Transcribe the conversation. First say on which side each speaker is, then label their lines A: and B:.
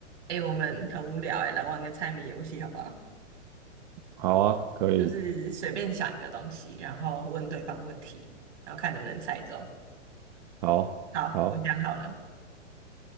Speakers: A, on the right (about 70°); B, on the right (about 35°).
A: 哎、我们很无聊哎、来玩个猜谜游戏好不好？
B: 好啊，可以，
A: 就是随便想一个东西，然后问对方问题，然后看能不能猜中。
B: 好，
A: 好，
B: 好，
A: 我想好了，